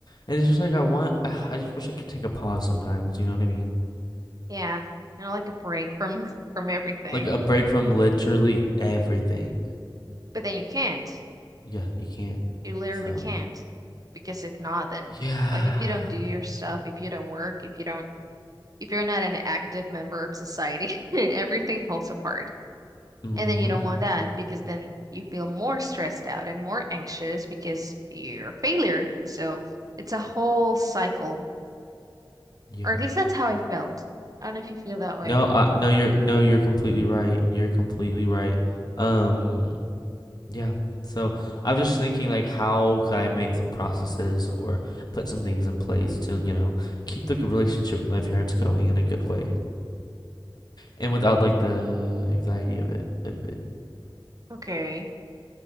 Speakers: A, on the left; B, on the right.
A: And it's just like I want <sighs> I I just wish I could take a pause sometimes, you know what I mean?
B: Yeah, you know, like a break from <laughs> from everything.
A: Like a break from literally everything.
B: But then you can't.
A: Yeah, you can't.
B: You literally
A: So
B: can't. Because if not, then
A: Yeah.
B: like if you don't do your stuff, if you don't work, if you don't if you're not an active member of society, <laughs> everything falls apart.
A: Mm-hmm.
B: And then you don't want that because then you feel more stressed out and more anxious because you're a failure. So it's a whole cycle.
A: Yep.
B: Or at least that's how I felt. I don't know if you feel that way.
A: No, I, no, you're no, you're completely right. You're completely right. Um, yeah. So I was just thinking like how could I make some processes or put some things in place to, you know, keep the g- relationship with my parents going in a good way and without like the anxiety of it of it.
B: Okay.